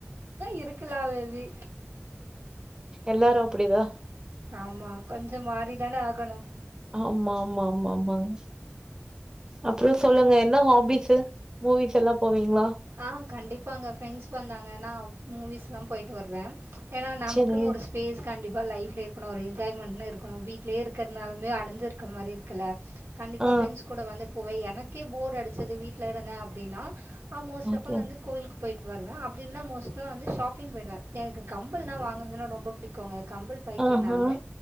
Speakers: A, on the right; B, on the right.
A: இருக்கலா மே பி
B: எல்லாரு அப்டிதா
A: ஆமா கொஞ்சோ மாரிதான ஆகணு
B: ஆமா மா மா மாங்க அப்றோ சொல்லுங்க என்ன ஹாபிஸு மூவிஸ் எல்லா போவீங்ளா
A: ஆ கண்டிப்பாங்க ஃப்ரெண்ட்ஸ் வந்தாங்கனா மூவிஸ்லாம் போயி்ட்டு வருவே எனா நமக்குனு
B: சரி.
A: ஒருச் ஃபேஸ் கண்டிப்பா லைஃப்ல இருக்குணு ஒரு என்ஜாய்மென்னு இருக்குனு வீட்லயே இருக்கற்னாலுமே அடஞ்சிருக்க மாரி இருக்கல கண்டிப்பா
B: ஆ.
A: ஃப்ரெண்ட்ஸ் கூட வந்து போவே எனக்கே போர் அடிச்சது வீட்ல இருந்தே அப்டினா ஆ மோஸ்ட்
B: ஓகே.
A: அஃப்பால் வந்து கோவிலுக்கு போயிட்டு வருவே அப்டில்னா மோஸ்ட்லா வந்து ஷாப்பிங் போய்டுவே எனக்கு கம்பல்னா வாங்னதுனா ரொம்ப புடிக்குங்க கம்பல் பைத்தியே
B: ஆஹா.
A: நானு